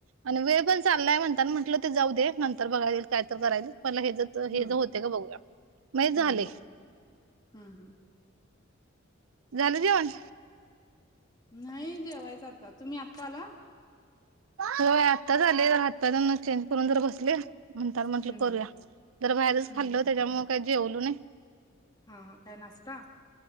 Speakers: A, on the right; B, on the left.
A: आणि वेळ पण चाललाय म्हणता म्हटलं ते जाऊ दे नंतर बघाईल काय तर करायल मला हे ज. तर हे
B: हम्म
A: ज होते का बघूया मण झाले
B: हम्म हम्म हम्म हम्म
A: झालं जेवण.
B: नाही जेवायचं आता तुम्ही आत्ता आला.
A: होय आत्ताच आले हातपाय धून चेंज करून बसले. म्हणता म्हंटल
B: हम्म
A: करूया
B: हम्म
A: जर बाहेरच
B: हम्म
A: खाल्लं त्याच्यामुळे काही जेवल नाही.
B: हां हां काय नाश्ता.